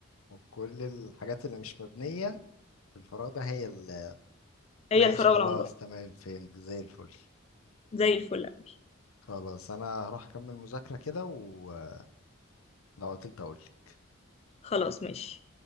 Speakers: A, on the left; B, on the left.
A: وكل الحاجات اللي مش مبنية في الفراغ ده هي اللي
B: هي
A: ماشي
B: الفراولة
A: خلاص
B: عمرها
A: تمام فهمت زي الفل
B: زي الفل أوي.
A: خلاص أنا هروح أكمل مذاكرة كده ولو عطلت أقولك
B: خلاص ماشي